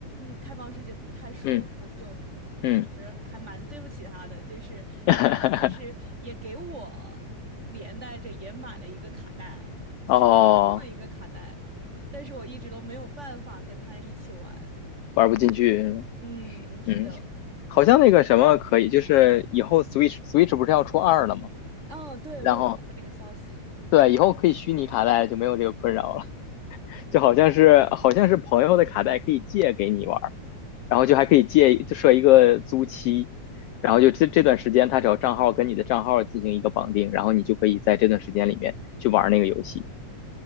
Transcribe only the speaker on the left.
嗯
嗯，
<laughs>
哦，
玩不进去，
嗯。好像那个什么可以，就是以后 Switch Switch 不是要出二了吗？
然后
对，以后可以虚拟卡带，就没有这个困扰了。<laughs> 就好像是好像是朋友的卡带可以借给你玩儿，然后就还可以借，就设一个租期，然后就这这段时间他只要账号跟你的账号进行一个绑定，然后你就可以在这段时间里面去玩那个游戏。